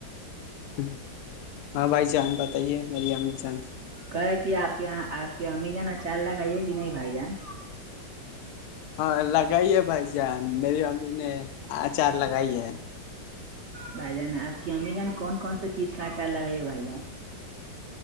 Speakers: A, on the left; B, on the right.
A: ہ ہاں بھائی جان بتائیے میری امر جان
B: کرے کہ آپ کے یہاں آپ کے امی جانا چال لگ آائیے کہ نہیں بھائی جان
A: ہاں لگائی ہے بھائی جان میری امی نے اچار لگائی ہے
B: بھائی جان آپ کی امی جان کون کون سا چیز کا اچار لگےے بھائی جان